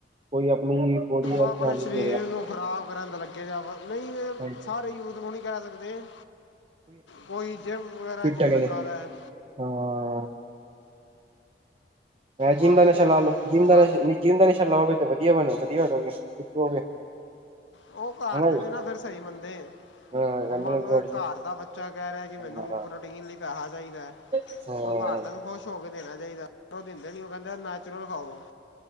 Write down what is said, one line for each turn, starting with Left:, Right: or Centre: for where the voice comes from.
Right: ਕੋਈ ਆਪਣੀ ਬੋਡੀ ਦਾ
Left: ਆਪਣੇ
Right: ਧਿਆਨ
Left: ਸਰੀਰ
Right: ਨਹੀਂ ਦੇ ਰਿਹਾ
Left: ਨੂੰ ਖ਼ਰਾਬ ਕਰਨ ਦੇ ਲੱਗੇ ਨਹੀਂ ਹਾਂ ਬਸ ਨਹੀਂ।
Right: ਹਾਂਜੀ
Left: ਸਾਰੇ ਯੂਥ ਨੂੰ ਨਹੀਂ ਕਹਿ ਸਕਦੇ ਕੋਈ ਜਿੰਮ ਵਗੈਰਾ
Right: ਫਿਟ ਹੈਗੇ
Left: ਲੱਗਾ
Right: ਨੇ
Left: ਦਾ ਹੈ।
Right: ਹਾਂ। ਮੈਂ ਜਿਮ
Left: ਬਾਕੀ
Right: ਦਾ ਨਸ਼ਾ ਲਾ
Left: ਹੁਣ
Right: ਲਓ ਜਿਮ ਦਾ
Left: ਸਾ-
Right: ਨਸ਼ ਜਿੰਮ ਦਾ ਨਸ਼ਾ ਲਵਓਗੇ ਤੇ ਵਧਆ ਬਣੋ ਵਧੀਆ ਹੋ ਜਾਓਗੇ।
Left: ਉਹ ਘਰ
Right: ਹਨਾ
Left: ਤੇ
Right: ਜੀ
Left: ਨੀ ਨਾ ਫੇਰ ਸਹੀ ਬਨਦੇ
Right: ਹਾਂ
Left: ਉਹ
Right: ਕਹਿੰਦੇ
Left: ਮੰਨ ਲਓ
Right: ਬੋਡੀ
Left: ਇੱਕ ਘਰ ਦਾ ਬਾ। ਬੱਚਾ ਕਹਿ ਰਿਹਾ ਕਿ
Right: ਹਾਂ
Left: ਮੈਨੂੰ ਪ੍ਰੋਟੀਨ ਲਈ ਪੈਸਾ ਚਾਹੀਦਾ ਹੈ।
Right: ਹਾਂ
Left: ਉਹ ਘਰ ਦਿਆ ਨੂੰ ਖੁਸ਼ ਹੋ ਕੇ ਦੇਣਾ ਚਾਹੀਦਾ ਉਹ ਦਿੰਦੇ ਨੀ ਉਹ ਕਹਿੰਦੇ ਨੈਚੁਰਲ ਖਾਓ